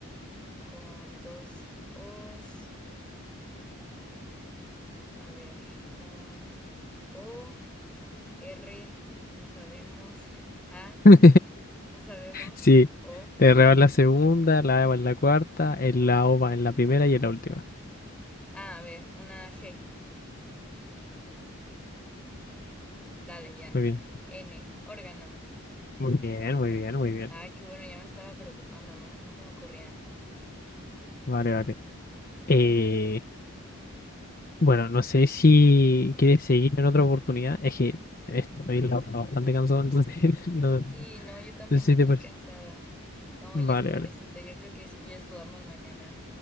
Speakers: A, in the centre; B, on the left (about 40°).
A: con dos os, a ver, con o, r, no sabemos, <laughs> a,
B: no. <laughs>
A: no sabemos,
B: Sí,
A: o,
B: la R va en la segunda, la A va en la cuarta, el
A: am,
B: la O va en la primera y en la última.
A: ah, a ver, una g, dale ya,
B: Muy bien,
A: n, órgano.
B: muy bien, muy bien, muy bien.
A: Ay, qué bueno, ya me estaba preocupando, ¿no? No se me ocurría.
B: Vale, vale. Eh, bueno, no sé si quieres seguir en otra oportunidad. Es que estoy la bastante cansado, entonces <laughs> no, no
A: Sí, no, yo también
B: sé si
A: estoy
B: te parece.
A: cansada. No,
B: Vale,
A: ya es tardecito.
B: vale.
A: Yo creo que si quieres jugamos mañana.